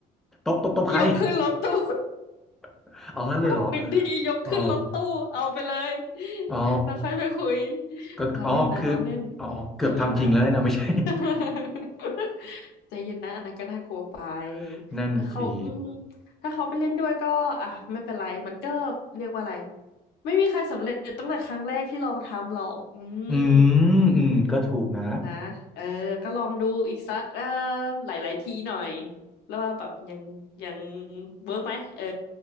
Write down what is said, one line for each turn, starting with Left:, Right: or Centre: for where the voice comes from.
Centre: ตบตบตบใคร
Left: <laughs> ยกขึ้นรถตู้
Centre: <laughs> เอางั้นเลยเหรอ
Left: <laughs> ตบหนึ่งทียกขึ้นรถตู้เอาไปเลย
Centre: อ๋ออ๋อ
Left: แล้วค่อยไปคุย
Centre: ก็อ๋อคือ
Left: เราเล่นนะเราเล่น
Centre: อ๋อเกือบทำจริงแล้วนะไม่ใช่
Left: ใจเย็นนะ <laughs> ใจเย็นนะอันนั้นก็น่ากลัวไป
Centre: <laughs> นั่นสิ
Left: แล้วเขาอืมถ้าเขาไปเล่นด้วยก็อ่ะไม่เป็นไรมันก็เรียกว่าอะไรไม่มีใครสำเร็จตั้งแต่ครั้งแรกที่ลองทำหรอกอืม
Centre: อืมอืมก็ถูกนะ
Left: นะเออก็ลองดูอีกสักเอ่อหลายๆทีหน่อยแล้วว่าแบบยังยังเวิร์กไหมเออ